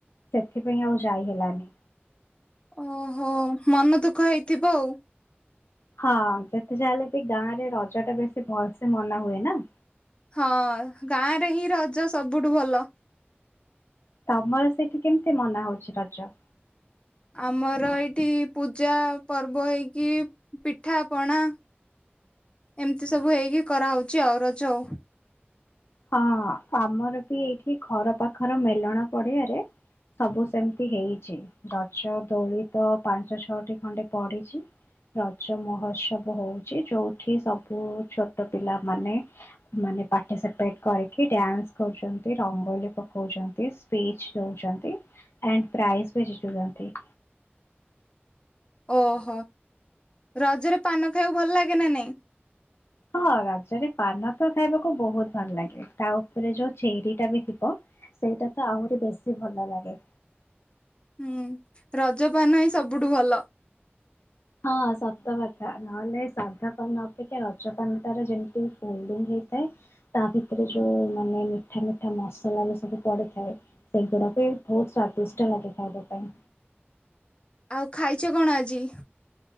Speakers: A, on the left (about 75°); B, on the left (about 25°).
A: ସେଥିପାଇଁ ଆଉ ଯାଇ ହେଲାନି।
B: ଓହୋ ମନ ଦୁଃଖ ହେଇଥିବ ଆଉ।
A: ହଁ ଯେତେ ଯାହା ହେଲେ ବି ଗାଁ ରେ ରଜ ଟା ବେଶୀ ଭଲସେ ମନା ହୁଏ ନା।
B: ହଁ ଗାଁ ରେ ହିଁ ରଜ ସବୁଠୁ ଭଲ।
A: ତମର ସେଇଠି କେମ ତି ମନା ହଉଛି ରଜ?
B: ଆମର ଏଇଠି ପୂଜା ପର୍ବ ହେଇକି ପିଠା ପଣା ଏମିତି ସବୁ ହେଇକି କରାହଉଛି ଆଉ ରଜ ଆଉ।
A: ହଁ ଆମର ବି ଏଇଠି ଘର ପାଖର ମେଲଣ ପଡିଆରେ ସବୁ ସେମିତି ହେଇଛି, ରଜ ଦୋଳି ତ ପାଞ୍ଚ ଛଅଟି ଖଣ୍ଡେ ପଡିଛି ରଜ ମହୋତ୍ସବ ହଉଛି ଯୋଉ ଏଠି ସବୁ ଛୋ ଛୋଟ ପିଲା ମାନେ ମାନେ ପାର୍ଟିସିପେଟ କରିକି ଡ୍ୟାନ୍ସ କରୁଛନ୍ତି, ରଙ୍ଗୋଲି ପକଉଛନ୍ତି ସ୍ପିଚ ଦଉଛନ୍ତି ଆ ପ୍ରାଇଜ ବି ଜିତୁଛନ୍ତି।
B: ଓହୋ ରଜରେ ପାନ ଖାଇକୁ ଭଲ ଲାଗେ ନା ନାଇଁ?
A: ହଁ ରଜରେ ପାନତ ଖାଇବାକୁ ବହୁତ ଭଲ ଲାଗେ ତା ଉପରେ ଯୋଉ ଚେରି ଟା ବି ଥିବ ସେଇଟା ତ ଆହୁରି ବେଶୀ ଭଲ ଲାଗେ।
B: ହୁଁ ରଜପାନ ହିଁ ସବୁଠୁ ଭଲ।
A: ହଁ ସତକଥା ନହେଲେ ସାଧା ପାନ ଅପେକ୍ଷା ରଜପାନ ଟା ର ଯେମିତି ଫୋଲଡିଙ୍ଗ ହେଇଥାଏ ତା ଭିତରେ ଯୋଉ ମାନେ ମିଠା ମିଠା ମସଲା ବି ସବୁ ପଡିଥାଏ। ସେ ଗୁଡାକ ଏଇ ବହୁତ ସ୍ଵାଦିଷ୍ଟ ଲାଗେ ଖାଇବା ପାଇଁ।
B: ଆଉ ଖାଇଛ କଣ ଆଜି?